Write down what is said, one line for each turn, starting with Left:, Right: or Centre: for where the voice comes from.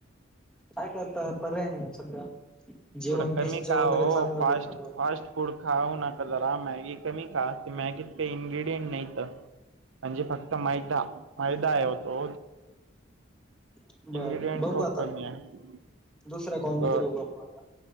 Centre: काय करतात पर्याय नाहीआ सध्या जेवण
Right: थोडं कमी
Centre: मेसच वगैरे
Right: का हो
Centre: चांगलं
Right: फास्ट
Centre: भेटलं
Right: फास्ट फूड खाऊ नका जरा मॅगी कमी खा मॅगीत काही इनग्र्रीडियंट नाहीत इथ म्हणजे फक्त मैदा मैदा हे होतो
Centre: मग बर
Right: इन्ग्र्रीडियंट
Centre: बघू
Right: खूप
Centre: आता
Right: कमी आहे.
Centre: दुसऱ्या कॉलमध्ये
Right: ब
Centre: बघू आपण आता